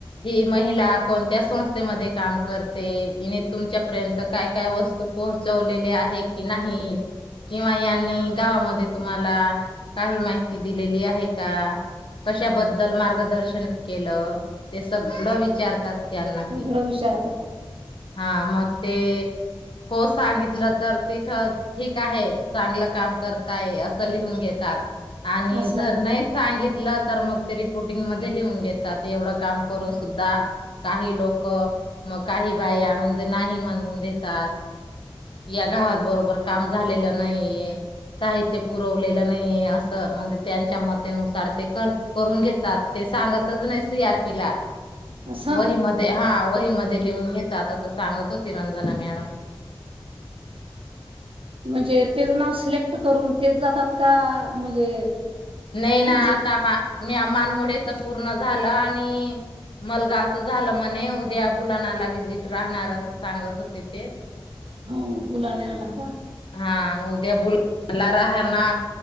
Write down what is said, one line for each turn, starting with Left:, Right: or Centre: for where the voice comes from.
Left: ही महिला कोणत्या संस्थेमध्ये काम करते हने तुमच्या र्यंत काय काय वस्तू पोहोचवलेली आहे की नाही? हम्म किंवा यांनी गावामध्ये तुम्हाला काही माहिती दिलेली आहे का? कशाबद्दल मार्गदर्शन केलं? सगळं विचारतात. त्यांना ते
Right: सगळं विचारतात.
Left: हा. मग ते, हो सांगितलं तर तिथं ठीक आहे, चांगलं काम करताय असं लिहून घेतात. आणि
Right: असं
Left: जर नाही सांगित- तर मग, ते रिपोर्टिंग मध्ये लिहून घेतात एवढं काम- करून सुद्धा काही लोक मग काही बाया म्हणजे नाही म्हणून देतात, या गावात बरोबर काम झालेलं नाहीे साहित्य पुरवलेलं नाहीे असं म्हणजे त्यांच्या मतेनुसार ते कर करून घेतात. ते सांगतच नाही सी आर पी ला.
Right: असं
Left: वहीमध्ये हा! वहीमध्ये- लिहून घेतात. अस सांगत होती रंजना मॅडम.
Right: म्हणजे, तेच नाव - सिलेक्ट करूनते जात का म्हणजे-
Left: नाही ना
Right: म्हणजे
Left: आता म्या मी अ मानमोडेचा पो - पूर्ण झालं. आणि मलगावच झालं म्हणे उद्या बुलानाला विजिट राहणार. अस सांगत होते ते.
Right: हो! बुलाण्या आला ह का?
Left: हा, उद्या बुलाला राहणार